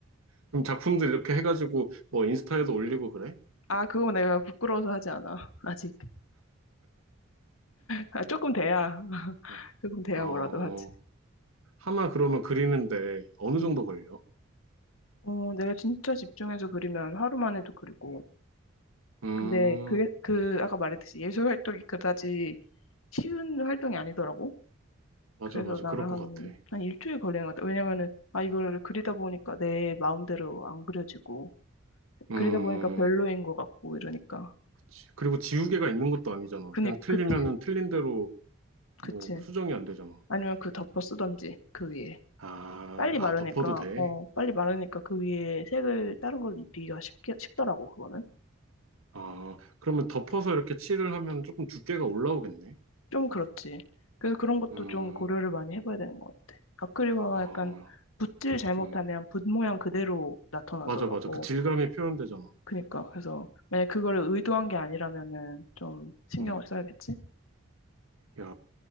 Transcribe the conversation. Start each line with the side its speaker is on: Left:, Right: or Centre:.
Right: 그럼 작품들 이렇게 해가지고, 뭐, 인스타에도 올리고 그래?
Left: 아, 그거 내가 부끄러워서 하지 않아. <laughs> 아직. 아, 조금 돼야. <laughs>
Right: 어,
Left: 조금 돼야
Right: 어,
Left: 뭐라도 하지.
Right: 하나 그러면 그리는데 어느
Left: 음.
Right: 정도 걸려?
Left: 어, 내가 진짜 집중해서 그리면 하루만 해도 그리고.
Right: 응. 음,
Left: 근데 그게, 그, 아까 말했듯이 예술 활동이 그다지 쉬운 활동이 아니더라고.
Right: 맞아,
Left: 그래서
Right: 맞아.
Left: 나는
Right: 그럴 것
Left: 한,
Right: 같아.
Left: 한 일주일 걸리는 것 같아. 왜냐면은, 아, 이걸 그리다 보니까 내 마음대로 안 그려지고,
Right: 음.
Left: 그리다
Right: 음,
Left: 보니까 별로인
Right: 음.
Left: 것 같고, 이러니까.
Right: 지- 그리고 지우개가 있는 것도 아니잖아.
Left: 그니,
Right: 그냥 틀리면은
Left: 그치,
Right: 틀린 대로 뭐
Left: 그치.
Right: 수정이 안 되잖아.
Left: 아니면 그 덮어 쓰던지, 그 위에.
Right: 아,
Left: 빨리
Right: 아,
Left: 마르니까,
Right: 덮어도 돼.
Left: 어, 빨리 마르니까 그 위에 색을 다른 걸로 입히기가 쉽게, 쉽더라고, 그거는.
Right: 아, 그러면 덮어서 이렇게 칠을 하면 조금 두께가 올라오겠네.
Left: 좀 그렇지. 그래서 그런 것도
Right: 음,
Left: 좀 고려를 많이 해봐야 되는 것 같아. 아크릴화가
Right: 어,
Left: 약간 붓질 잘못하면
Right: 음.
Left: 붓 모양 그대로 나타나더라고.
Right: 맞아, 맞아. 그 질감이 표현되잖아.
Left: 그니까, 그래서 만약 그거를 의도한
Right: 음,
Left: 게 아니라면은 좀 신경을
Right: 음.
Left: 써야겠지?
Right: 야,